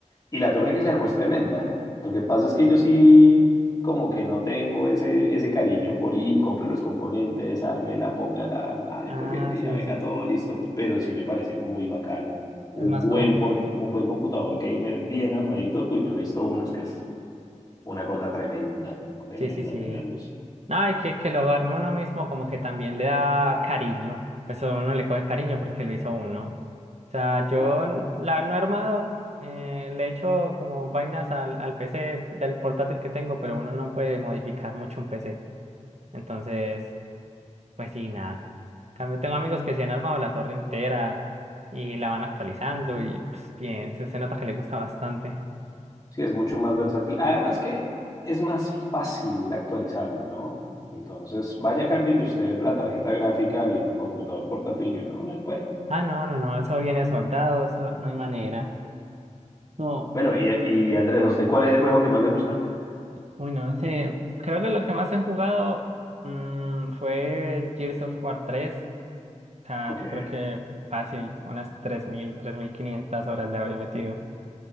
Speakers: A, on the left; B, on the right.
A: Y la torre que se armó es tremenda. Lo que pasa es que yo sí, como que no tengo ese, ese cariño por ir, compre los componentes, la, ponga la, Nada, yo
B: Ah,
A: prefiero que
B: sí,
A: ya venga
B: sí, sí.
A: todo listo. Pero sí me parece muy bacano. Un
B: Es más
A: buen,
B: cómodo.
A: port- un buen computador gamer bien armadito. Uy, yo he visto unos que es una cosa tremenda, tremenda
B: Sí, sí, sí.
A: tenerlos.
B: No, y que, que lo arme uno mismo como que también le da cariño. Eso uno le coge cariño porque lo hizo uno. O sea, yo
A: Claro.
B: n- la no he armado, eh, le he hecho como vainas al, al PC del portátil que tengo, pero uno no puede modificar mucho un PC. Entonces, pues sí, nada. En cambio, tengo amigos que sí han armado la torre entera y la van actualizando y pues, bien, se, se nota que le gusta bastante.
A: Sí, es mucho más versátil. Además que es más fácil actualizarla, ¿no? Entonces, vaya, cámbiele usted la tarjeta gráfica al computador portátil y uno "Oh, no se puede.
B: Ah, no, no, no, eso viene soldado, eso no hay manera. No,
A: Bueno, y, y Andrés, ¿a usted cuál es el juego que más le gusta?
B: uy, no sé. Creo que lo que más he jugado mm, fue Gears of War tres O sea,
A: Ok.
B: yo creo que fácil, unas tres tres mil tres mil quinientas horas le habría metido.